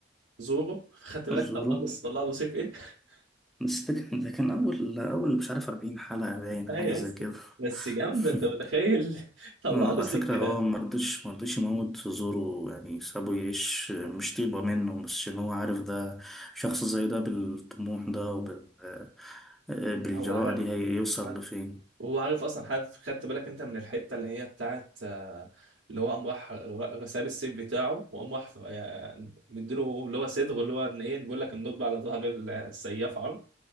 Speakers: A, on the right (about 80°); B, in the centre.
A: زورو خدت بالك
B: الزورو
A: طلع له طلع له سيف ايه <laughs>
B: بس ده كان ده كان أول أول مش عارف أربعين حلقة باين
A: ايوه
B: حاجة
A: يا
B: زي
A: اسطى
B: كده <laughs>
A: بس جامده انت متخيل <laughs> طلع
B: آه،
A: له
B: على
A: سكينه
B: فكرة هو مرضش مرضش يموت في زوره يعني سابه يعيش مش طيبة منه بس عشان هو عارف ده شخص زي ده بالطموح ده وبال آه، بالجراءة
A: هو عارف
B: دي هيوصل
A: عارف
B: لفين
A: وهو عارف اصلا عارف خدت بالك انت من الحته اللي هي بتاعت آه، اللي هو قام راح ر- ساب السيف بتاعه وقام راح ف- يعني مديله اللي هو صدغه اللي هو ان ايه بيقول لك النطبه على ظهر السياف عرض